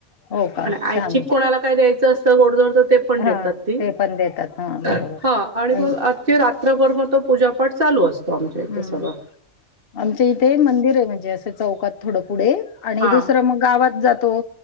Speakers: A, on the left (about 50°); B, on the right (about 45°).
A: हो का?
B: आणि ऐच्छिक
A: छान.
B: कोणाला काय द्यायचं अस त गोडधोड त ते पण देतात
A: हां.
B: ती,
A: ते पण देतात. हां,
B: हा
A: बरोबर.
B: आणि मग
A: अं,
B: आक ख्खी रात्रभर म तो पूजापाठ चालू अस तिथं
A: हं.
B: सगळ
A: आमच्या इथे मंदिर ये. म्हणजे असं चौकात थोडं पुढे आणि
B: हा
A: दुसरं मग गावात जातो.